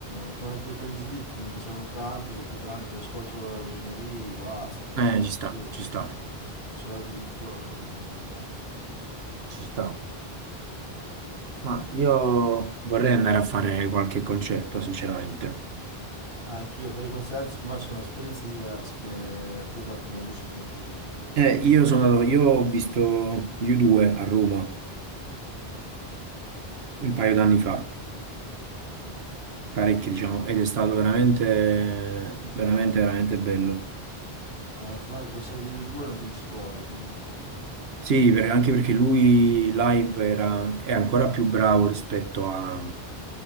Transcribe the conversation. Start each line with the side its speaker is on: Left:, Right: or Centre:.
Left: eh, come anche quegli Slip che mi piacevano tanto, dopo tre anni che ascolto solo la musica lì, basta, cioè, non
Right: Eh,
Left: ce la faccio
Right: ci sta,
Left: più, ho
Right: ci sta,
Left: ascoltato tutto, eh, quindi basta.
Right: ci sta. Ma
Left: Beh,
Right: io vorrei andare a fare qualche concerto, sinceramente.
Left: Anch'io con i concerti secondo me sono esperienze diverse che ascoltarti la musica così, eh,
Right: Eh,
Left: eh, quindi
Right: io
Left: bisogna
Right: sono andato-
Left: fare.
Right: io ho visto U2 a Roma un paio d'anni fa,
Left: Eh.
Right: parecchi, diciamo, ed è stato veramente, veramente, veramente bello.
Left: Eh, secondo me i concerti degli U2 non te li scordi, quelli lì, sì.
Right: Sì, per- anche perché lui live era, è ancora più bravo rispetto a,